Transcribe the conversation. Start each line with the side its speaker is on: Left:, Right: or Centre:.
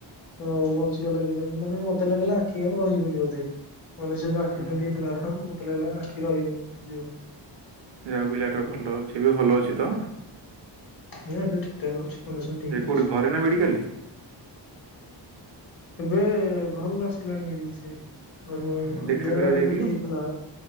Left: ହଁ ବଞ୍ଚିବା ଲାଗି ଜାଣି ମାନେ ମତେ ଲାଗିଲା ଆଖି ଆଉ ରହିବନି ବୋଧେ। ମଣିଷର ଯୋଉ ଆକ୍ସିଡେଣ୍ଟ
Right: ହଁ
Left: ହେଇଥିଲା ମତେ ଲାଗିଲା ଆଖି ରହିବନିି ଫୁଟିଯିବ।
Right: ଯାହାହେଉ ପିଲାଟାର ଭଲ ଅଛି ଏବେ ଭଲ ଅଛି ତ
Left: ହଁ ଏବେ ଠିକ ଠାକ ଅଛି। କଣ୍ଡିସନ ଠିକ
Right: ଏବେ କୋଉଠି
Left: ଅଛି
Right: ଘରେ ନା ମେଡିକାଲରେ।
Left: ଏବେ ଘରକୁ ଆସିଲାଣି ଏଇରିଛି
Right: ହଁ
Left: <unintelligible>
Right: ହଁ, ଦେଖା
Left: ବେଡ
Right: କରିବାକୁ
Left: ଆଡମିଟ
Right: ଯାଇଥିଲୁ
Left: ହେଇଥିଲା